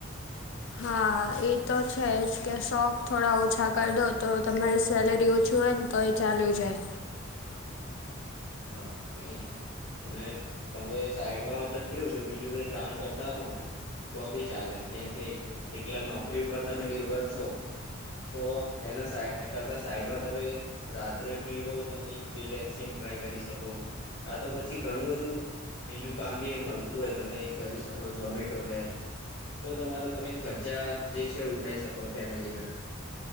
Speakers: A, on the left; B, on the left.
A: હા એ તો છે જ કે શોખ થોડા ઓછા કરી દો તો તમારી સેલેરી ઓછી હોય ન તોય ચાલ્યું જાય.
B: હા એ ને તમે સાઈડમાં મતલબ કેવું કે બીજું કઈ કામ કરતા હો ને તો બી ચાલે કેમ કે એક એકલા નોકરી ઉપર તમે નિર્ભર છો. તો એના સાઈ એ કરતા સાઈડમાં તમે રાત્રે ફ્રી હોવ તો કે એક ફ્રીલેન્સિંગ ટ્રાય કરી શકો. કા તો પછી ઘણું બધું બીજું કામ બી એ મલતું હોય તમને એ કરી શકો. ઝોમેટો હૈ તો તમારા તમે ખર્ચા જે છે ઉઠાઈ શકો ફેમિલી ના.